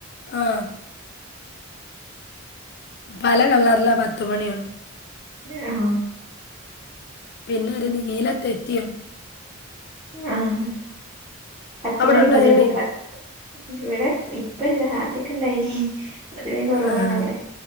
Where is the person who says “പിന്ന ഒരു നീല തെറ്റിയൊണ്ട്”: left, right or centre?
Left